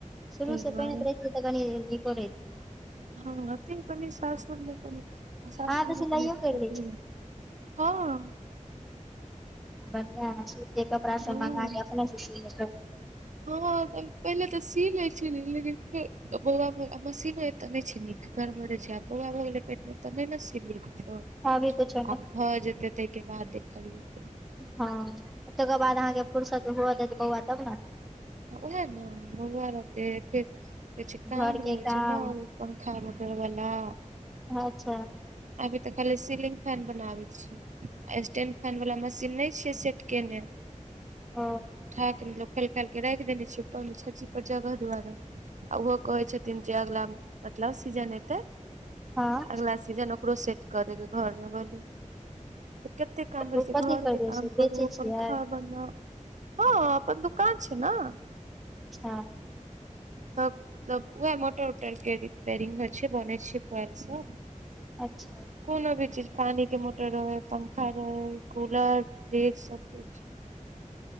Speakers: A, in the centre; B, on the right.
A: शुरू
B: ताहि
A: सँ
B: दुआरे
A: पेैन्हैत रैहतियै तऽ कनी नीको रहैता।
B: हँ तैयो कनि सासुरमे कनि सासुरमे
A: अहाँ तऽ सिलाइयो
B: कनि दिक्कत
A: करि
B: हुए लागैय हँ।
A: बड़या हें सूट के कपड़ा सब
B: ह
A: मंगा लिय अपने से सी ले
B: हँ पहिले त सी लेै छेलियै लेकिन फेर बौआ भेला पर मशीनो तऽ नैय छै नीक गड़बड़े छै आ बौआ भ गेलै पेट मे तऽ नैय न सीलयै कुछौ
A: अभी कुछो नहि
B: आब भऽ जेतै ताहि के बाद देखल जेतै।
A: हँ तेकर बाद आहाँके फुरसत हुअ देत बौआ तब ना।
B: उएह ने बौआ रहतै फेर किछ काम
A: घर
B: रहै
A: के काम
B: छैय न। पंखा मोटर वला।
A: अच्छा।
B: अभी तऽ खाली सीलिंग फैन बनावे छियै स्टेंड फैन वाला मशीन नैय छिये से केने
A: ओ
B: उठा केे मतलब खोइल खाइल के रैख देने छियै ऊपर मे छज्जी पर जगह दुआरे आ ओहो कहै छथिन जे अगला मतलब सीजन एतेै
A: हँ
B: अगला सीजन ओकरो सेट कऽ देबै घर मे बलू तऽ कते काम होैय
A: ओ
B: छैय
A: कथी
B: घर
A: करबै
B: के काम
A: से बेचै
B: करू
A: छियै
B: पंखा बनौउ। हँ अपन दुकान छै नऽ।
A: अच्छा।
B: तब तब उह मोटर उटर के रिपेयरिंग होय छैय बनै छैय क्वैल सब।
A: अच्छा।
B: कोनो भी चीज पानी के मोटर रहैै पंखा रहै कूलर, फ्रिज सब कुछ।